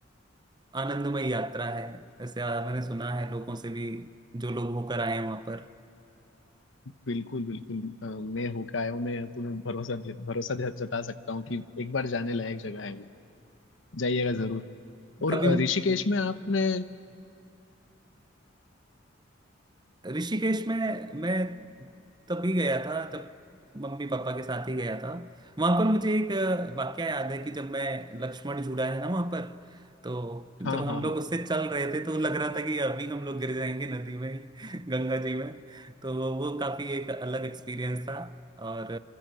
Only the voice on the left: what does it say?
बिल्कुल बिल्कुल अ, मैं होके आया हूँ मैं तुम्हें भरोसा दे- भरोसा दे- जता सकता हूँ कि एक बार जाने लायक जगह है वो जाइएगा जरूर और
अ, ऋषिकेश में आपने
हाँ हाँ
हाँ